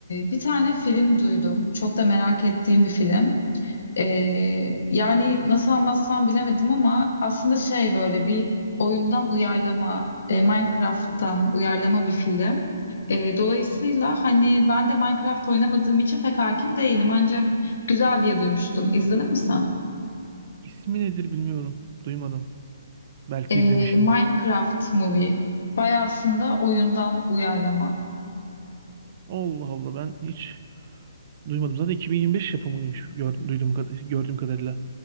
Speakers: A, on the left; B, on the right.
A: bir tane film duydum. Çok da merak ettiğim bir film. Ee, yani nasıl anlatsam bilemedim ama aslında şey böyle bir oyundan uyarlama, e, Minecraft'tan uyarlama bir film. E, dolayısıyla hani ben de Minecraft oynamadığım için pek hakim değilim ancak güzel diye duymuştum. İzledin mi sen?
B: İsmi nedir bilmiyorum. Duymadım. Belki
A: E,
B: izlemişimdir.
A: Minecraft Movie. Bayağı aslında oyundan uyarlama.
B: Allah Allah ben hiç Duymadım. Zaten 2025 yapımıymış gör- duyduğum, kad- gördüğüm kadarıyla.